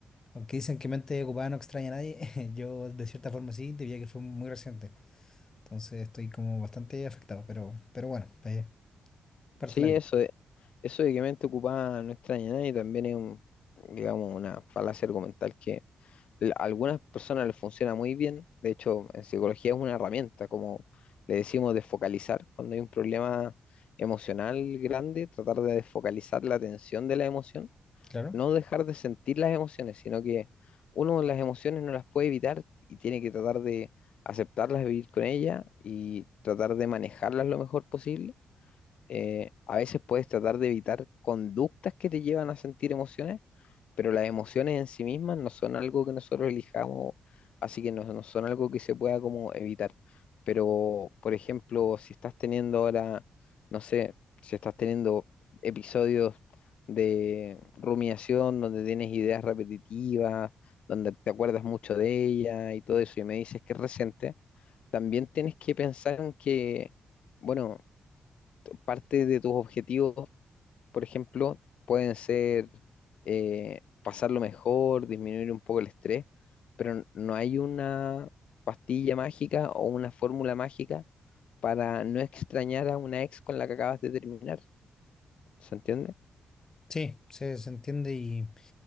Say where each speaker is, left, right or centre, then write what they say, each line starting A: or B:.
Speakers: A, on the left; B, on the left.
A: Aunque dicen que mente ocupada no extraña a nadie, <laughs> yo de cierta forma sí, diría que fue muy reciente. Entonces estoy como bastante afectado, pero, pero bueno, eh, parte
B: Sí,
A: de la vida,
B: eso de, eso de que mente ocupada no extraña a nadie también es un, digamos, una falacia argumental que l- a algunas personas les funciona muy bien. De hecho, en psicología es una herramienta, como le decimos, de focalizar. Cuando hay un problema emocional grande, tratar de desfocalizar la atención de la emoción,
A: claro.
B: no dejar de sentir las emociones, sino que uno las emociones no las puede evitar y tiene que tratar de aceptarlas, vivir con ellas y tratar de manejarlas lo mejor posible eh, a veces puedes tratar de evitar conductas que te llevan a sentir emociones, pero las emociones en sí mismas no son algo que nosotros elijamos, así que no, no son algo que se pueda como evitar. Pero, por ejemplo, si estás teniendo ahora, no sé, si estás teniendo episodios de rumiación donde tienes ideas repetitivas, donde te acuerdas mucho de ella y todo eso, y me dices que es reciente, también tienes que pensar en que, bueno, parte de tus objetivos, por ejemplo, pueden ser eh, pasarlo mejor, disminuir un poco el estrés, pero n- no hay una pastilla mágica o una fórmula mágica para no extrañar a una ex con la que acabas de terminar. ¿Se entiende?
A: Sí, se, se entiende y,